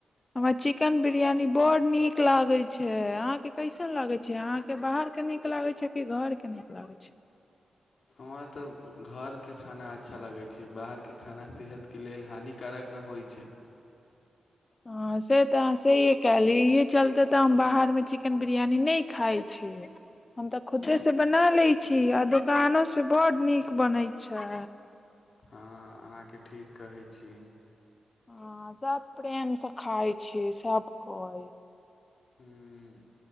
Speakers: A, on the left (about 25°); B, on the left (about 55°).
A: हमरा चिकेन बिरियानी बड़ नीक लागे छै आहं के कैसन लागे छैहं आहाँ के बाहरके नीक लागैत छै कि घरके नीक लागै छै
B: हमरा तऽ घरके खाना अच्छा लगैत छै बाहरके खाना सेहत के लेल हानिक कारक नहि होइ छै
A: ह से तऽ से ह कहली य चलते तऽ हम बाहर मे चिकेन बिरियानी न खाय छै हम तऽ खुदे से बना ले छी छी आ दकानो से बड नीक बनै छै
B: हँ अहाँके ठीक कहै छी
A: हँ सब प्रेम से खाय छै सब कोइ
B: हूँ